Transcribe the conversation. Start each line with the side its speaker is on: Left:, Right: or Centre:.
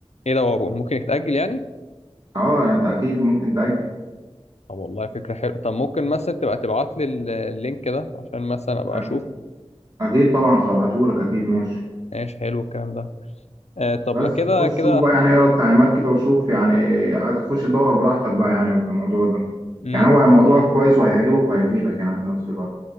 Left: ايه ده هو ممكن يتأجل يعني
Right: اه يعني انت اكيد ممكن تأجل
Left: طب والله فكرة حلوة طب ممكن مثلا تبقى تبعت لي اللينك ده عشان مثلا ابقى
Right: اكيد
Left: اشوف
Right: اكيد طبعا هبعتهولك اكيد ماشي
Left: ايش حلو الكلام ده آه طب
Right: بس
Left: ما كده
Right: خش
Left: كده
Right: شوف بقى يعني اقرا التعليمات كده وشوف يعني عايز تخش تدور براحتك بقى يعني في الموضوع ده
Left: امم
Right: يعني هو موضوع كويس وهيعجبك وهيفيدك يعني في نفس الوقت